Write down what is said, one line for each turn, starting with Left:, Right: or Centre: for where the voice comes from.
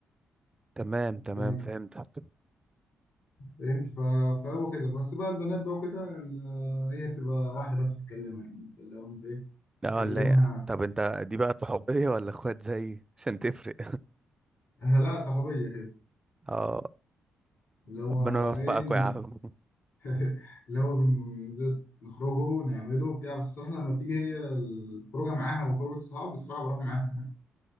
Right: تمام تمام
Left: فاهم
Right: فهمتك
Left: فهمت ف- فهو كده بس بقى البنات بقى وكده ال- هي بتبقى واحدة بس بتكلمها يعني لو أنت إيه
Right: لا
Left: بتكلمها
Right: ولا طب انت دي بقى صحوبية ولا اخوات زيي عشان تفرق
Left: آه، لا صحوبية كده
Right: <laughs> اه
Left: اللي هو
Right: ربنا يوفقك
Left: إيه
Right: يا
Left: ن-
Right: عم
Left: <laughs> اللي هو بن- نخرجوا نعمله بتاع بس الصراحة لما بتيجي هي الخروجة معاها وخروجة الصحاب بصراحة بروح معاها